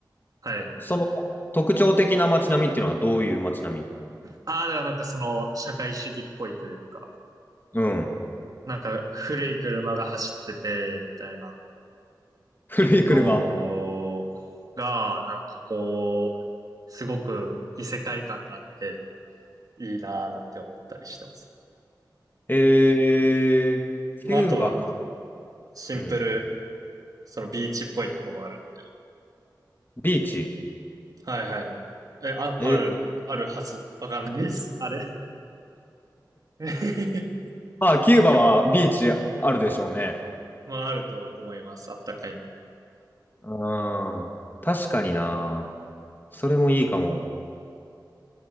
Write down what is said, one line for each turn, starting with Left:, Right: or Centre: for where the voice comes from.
Right: はい。
Left: その特徴的な街並みっていうのはどういう街並み
Right: ああ、だからなんかその社会主義っぽいというか、
Left: うん。
Right: なんか古い車が走ってて、みたいな
Left: <laughs> 古い車。
Right: のが、なんかこう、すごく異世界感があっていいなぁなんて思ったりしてます。
Left: えー、
Right: まあ、
Left: キューバか。
Right: あとはシンプル、
Left: うん。
Right: そのビーチっぽいとこもあるんで。
Left: ビーチ。
Right: はいはい。え、あ、
Left: えー、
Right: ある、あるはず。わかんないです。あれ。<laughs>
Left: まあ、キューバはビーチあるでしょうね。
Right: まあ、あると思います。あったかいんで。
Left: うーん。確かにな。それもいいかも。